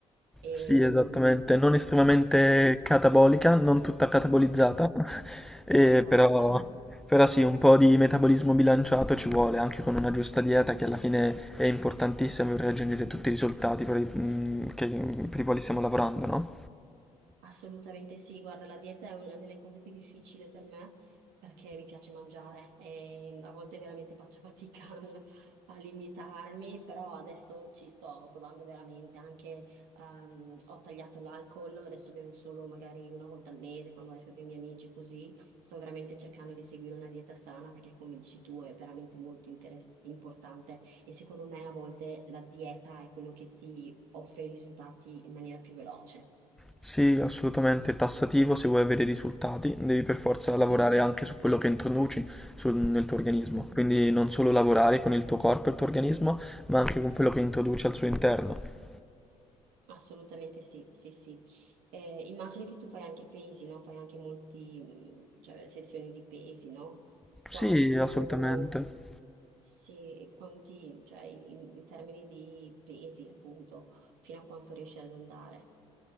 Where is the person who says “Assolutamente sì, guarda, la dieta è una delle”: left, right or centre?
Right